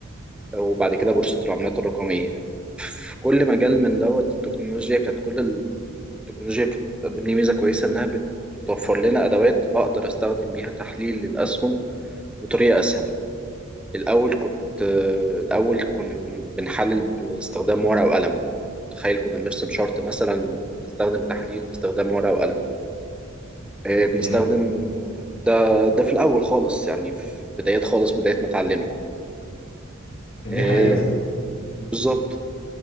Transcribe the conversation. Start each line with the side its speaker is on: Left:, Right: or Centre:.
Centre: وبعد كده بورصة العملات الرقمية في كل مجال من دوت التكنولوجيا كانت كل ال- التكنولوجيا كانت بتقدم لي ميزة كويسة إنها بت- بتوفر لنا أدوات أقدر أستخدم بيها تحليل للأسهم بطريقة أسهل الأول كنت آه، الأول كنا بنحلل باستخدام ورقة وقلم تخيل كنا بنرسم شارت مثلا بنستخدم تحليل باستخدام ورقة وقلم آه، بنستخدم
Left: دي ح-
Centre: ده ده في الأول خالص يعني في بدايات خالص بداية ما اتعلمنا
Left: دي
Centre: آه،
Left: حقيقة
Centre: بالظبط